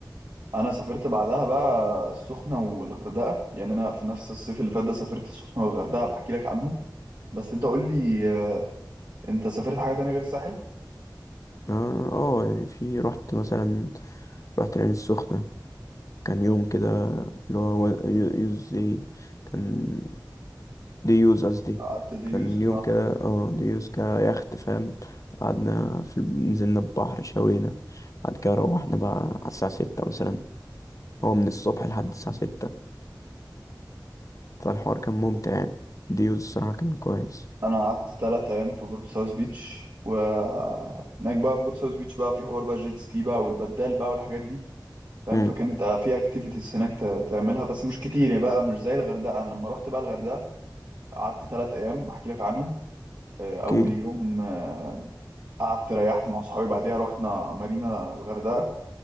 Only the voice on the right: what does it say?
انا سافرت بعدها بقى السخنه والغردقه يعني انا في نفس الصيف اللي فات ده سافرت السخنه والغردقه بحكي لك عنهم بس انت قول لي آه، انت سافرت حاجه تانية غير الساحل؟
قعدت ديوز
انا قعدت تلات ايام في بورت ساوث بيتش وهناك بقى في بورت ساوث بيتش بقى في حوار بقى جيت سكي بقى والبدال بقى والحاجات دي فاهم
فكانت آه، في اكتيفيتيز هناك ت- تعملها بس مش كتير يعني بقى مش زي الغردقه انا لما رحت بقى الغردقه قعدت تلات ايام احكي لك عنهم آه،
اول يوم آه، قعدت ريحت مع صحابي بعديها رحنا مارينا الغردقه